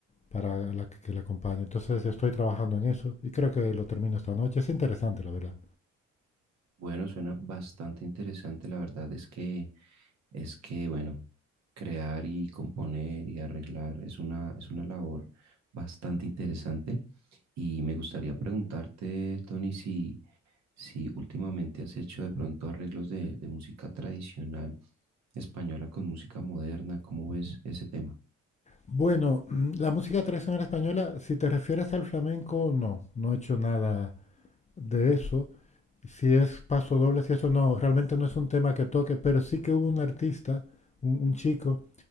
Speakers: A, on the left (about 25°); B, on the right (about 60°).
A: para la que, que la acompañe. Entonces estoy trabajando en eso y creo que lo termino esta noche. Es interesante, la verdad.
B: Bueno, suena bastante interesante. La verdad es que es que, bueno, crear y componer y arreglar es una, es una labor bastante interesante y me gustaría preguntarte, Tony, si, si últimamente has hecho de pronto arreglos de, de música tradicional española con música moderna, ¿cómo ves ese tema?
A: Bueno, mm, la música tradicional española, si te refieres al flamenco, no, no he hecho nada de eso. Si es paso doble, si eso no, realmente no es un tema que toque, pero sí que hubo un artista, un, un chico,